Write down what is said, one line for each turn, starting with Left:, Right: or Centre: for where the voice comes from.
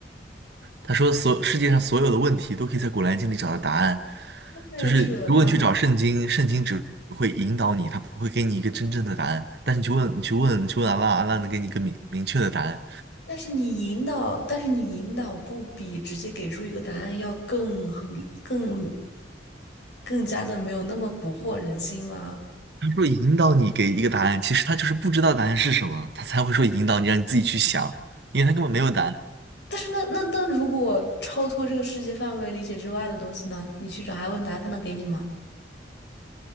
Right: 他说所世界上所有的问题都可以在《古兰经》里找到答案，
Left: 太扯淡了。
Right: 就是如果你去找圣经，圣经只会引导你，他不会给你一个真正的答案。但是你去问，你去问，你去问阿拉，阿拉能给你一个明明确的答案。
Left: 但是你引导，但是你引导不比直接给出一个答案要更合更更加的没有那么蛊惑人心吗？
Right: 他说引导你给一个答案，其实他就是不知道答案是什么，他才会说引导你，让你自己去想，因为他根本没有答案。
Left: 但是那那那如果超脱这个世界范围理解之外的东西呢？你去找他问答案他能给你吗？